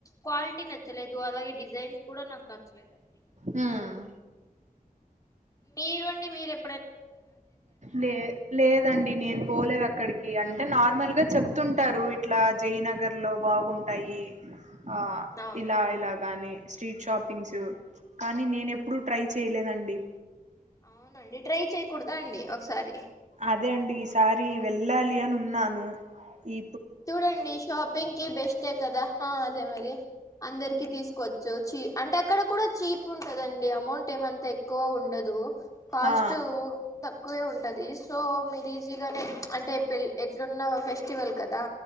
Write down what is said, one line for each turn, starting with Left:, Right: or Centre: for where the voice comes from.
Left: క్వాలిటీ నచ్చలేదు ధో అలాగే డిజైన్స్ కూడా నా క నచ్చలేదు అండి
Right: హ్మ్
Left: మీరుండి మీరు ఎ
Right: లే లేదండి నేను పోలేదు అక్కడికి అంటే నార్మల్ గా చెప్తుంటారు ఇట్లా జయనగర్ లో బాగుంటాయి ఆ
Left: అవునవును
Right: ఇలా ఇలాగాని స్ట్రీట్ షాపింగ్సు కానీ నేన
Left: ఆ
Right: ఎప్పుడుూ ట్రై చే చేయలేదండి
Left: అవునండి ట్రై చేయకూడదా అండి ఒకసారి
Right: అదే అండి ఈసారి వెళ్ళాలి అని ఉన్నాను ఈ
Left: చూడండి షాపింగ్ కి బెస్టే కదా ఆ అదే మరి అందరికి తీసుకోవచ్చు చీ అంటే అక్కడ కూడా చీప్ ఉంటదండి అమౌంట్ ఏమంత ఎక్కువ ఉండదు కాస్ట్
Right: ఆ
Left: త ఎక్కువే ఉంటది సో మీరు ఈజీగానే అంటే పె ఎట్లున్న ఫెస్టివల్ కదా